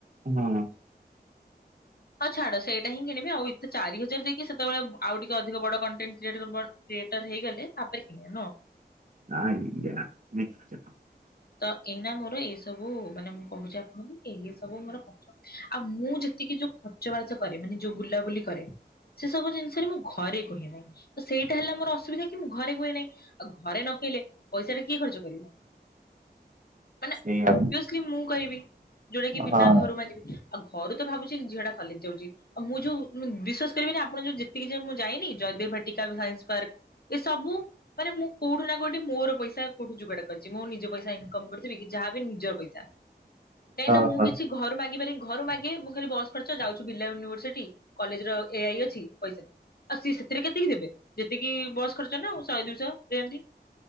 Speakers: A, on the right (about 50°); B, on the left (about 60°).
A: ହୁଁ
B: <inaudible> ହଁ ଛାଡ ସେଇଟା ହିଁ କିଣିବି ଆଉ ଏତେ ଚାରି ହଜାର ଦେଇକି ସେତେବେଳେ ବ ଆଉ ଟିକେ ଅଧିକ ବଡ କଣ୍ଟେନ୍ସ କ୍ରିଏଟିଭ ବଡ ଥିଏଟର ହେଇଗଲେ ତାପରେ କିଣିବା ନୁହଁ?
A: ହଁ ନି ନି୍ଚଚ <unintelligible>
B: ତ ଏଇନା ମୋର ଏଇ ସବୁ ମାନେ ମୁଁ କହୁଛି ଆପଣଙ୍କୁ ଏଇ ସବୁ ମୋର କଷ୍ଟ। ଆଉ ମୁଁ ଯେତିକି ଯୋଉ ଖର୍ଚ୍ଚ ବାର୍ଚ୍ଚ କରିବିନି ଯୋଉ ବୁଲାବୁଲି କରେ ସେ ସବୁ ଜିନିଷରେ ମୁଁ ଘରେ କୁହେ ନାହିଁ ତ ସେଇଟା ହେଲା ମୋର ଅସୁବିଧା କି ମୁଁ ଘରେ କୁହେ ନାହିଁ। ଅଗ ଘରେ ନକହିଲେ ପଇସା ଟା କିଏ ଖର୍ଚ୍ଚ କରିବ? ମାନେ
A: ସେଇଆ
B: ଅବ୍ୟସିଲ୍ ମୁଁ କହିବି ଯୋଉଟା କି ବିନା
A: ହଁ
B: ଘରୁ ମାଗିବି ଆଉ ଘରୁ ତ ଭାବୁଛି ଝିଅ ଟା କଲେଜ ଯାଉଛି। ଆ ମୁଁ ଯୋଉ ବିଶ୍ବାସ କରିବେନି ଆପଣ ଯୋଉ ଯେତିକି ଯା ମୁଁ ଯାଇନି ଜୟଦେବ ବାଟିକା ସାଇନ୍ସ ପାର୍କ ଏ ସବୁ ମାନେ ମୁଁ କୋଉଠୁ ନା କୋଉଠି ମୋର ପଇସା କୋଉଠୁ ଯୋଗାଡ କରିଛି ମୋ ନିଜ ପଇସା ଇନକମ୍ କରିଥିବି କି ଯାହା ବି ନିଜ ପଇସା। କାହିଁକି
A: ହଁ
B: ନା ମୁଁ
A: ହଁ
B: କିଛି ଘରୁ ମାଗି ପାରିବିନି ଘରୁ ମାଗେ ମୁଁ ଖାଲି ବସ ଖର୍ଚ୍ଚ ଯାଉଛୁ ବିର୍ଲା ୟୁନିଭର୍ସିଟି। କଲେଜ ର ଏଆଇ ଅଛି ପଇସା ଦିଅ ଆଉ ସିଏ ସେଥିରେ କେତିକି ଦେବେ? ଯେତିକି ବସ୍ ଖର୍ଚ୍ଚ ନା ଆଉ ଶହେ ଦୁଇଶହ ଦିଅନ୍ତି।